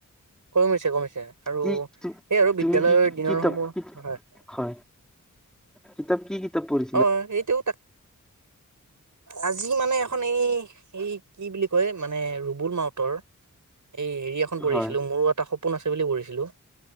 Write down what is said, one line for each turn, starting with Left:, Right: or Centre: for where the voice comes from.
Right: কমিছে, কমিছে। আৰু
Centre: কি তু-
Right: এই আৰু
Centre: তুমি
Right: বিদ্যালয়ৰ
Centre: কি কি-
Right: দিনৰ
Centre: কিতাপ
Right: সমূহ
Centre: কি-
Right: হয়
Centre: হয়। কিতাপ, কি কিতাপ পঢ়ি
Right: অ', সেইটো তাক আজি মানে এখন এই এই কি বুলি কয় মানে ৰুবুল মাউতৰ এই হেৰি এখন পঢ়িছিলোঁ
Centre: হয়,
Right: মোৰো এটা সপোন আছে বুলি পঢ়িছিলোঁ।